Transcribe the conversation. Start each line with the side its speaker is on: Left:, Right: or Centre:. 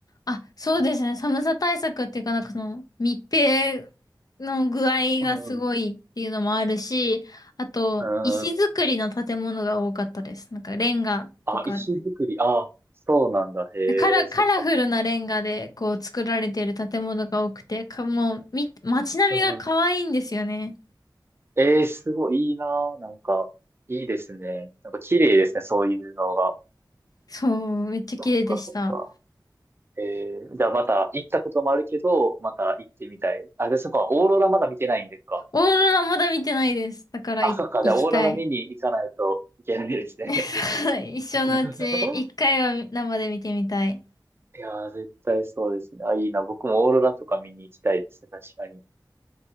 Left: あ、そうですね。寒さ対策っていうか、なんかその密閉の具合がすごいっていうのもあるし、
Right: うんう
Left: あと、
Right: ん。
Left: 石造りの建物が多かったです。
Right: うん
Left: なんかレンガとか、
Right: あ、石造り。あ、そうなんだ。へえ、
Left: カラ、カラフルなレンガでこう作られている建物が多くて、
Right: そっかそっか。
Left: か、もう、み、街並みが可愛いんですよね。
Right: うん。ええ、すごいいいなぁ。なんか、いいですね。なんか綺麗ですね、そういうのが。
Left: そう、めっちゃ綺麗でした。
Right: そっかそっか。ええ、じゃあまた行ったこともあるけど、また行ってみたい。あ、で、そっか、オーロラまだ見てないんですか。
Left: オーロラまだ見てないです。だからい行きたい。
Right: あ、そっか、じゃあオーロラ見に行かないといけないですね。
Left: <laughs> 一生のうち一回は生で見てみたい。
Right: <laughs> いやー、絶対そうですね。あ、いいな。僕もオーロラとか見に行きたいですね、確かに。